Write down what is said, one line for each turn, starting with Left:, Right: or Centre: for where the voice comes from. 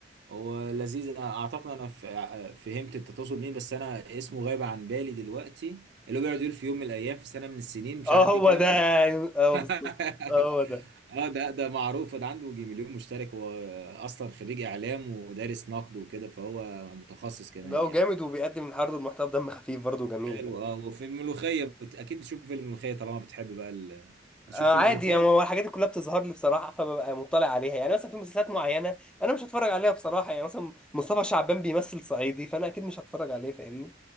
Right: هو لذيذ انا اعتقد انا ف- آه، آه، فهمت انت تقصد مين بس انا اسمه غايب عن بالي دلوقتي اللي هو بيقعد يقول في يوم من الايام في سنه من السنين مش
Centre: اه
Right: عارف
Centre: هو
Right: ايه الكلام
Centre: ده يعني،
Right: ده
Centre: اه
Right: <laughs>
Centre: بالظبط اه هو ده
Right: اه ده ده معروف ده عنده يجي مليون مشترك هو اصلا خريج اعلام ودارس نقد وكده فهو متخصص كمان
Centre: لا هو
Right: يعني
Centre: جامد وبيقدم عرض محتوى بدم خفيف برضه جميل
Right: حلو
Centre: يعني.
Right: اه وفي الملوخيه بت... اكيد بتشوف في الملوخيه طالما بتحب بقى ال... بتشوف
Centre: آه
Right: في
Centre: عادي
Right: الملوخيه
Centre: يعني هو الحاجات دي كلها بتظهر لي بصراحه فببقى مطلع عليها يعني مثلا في مسلسلات معينه انا مش هتفرج عليها بصراحه يعني مثلا مصطفى شعبان بيمثل صعيدي فانا اكيد مش هتفرج عليه فاهمني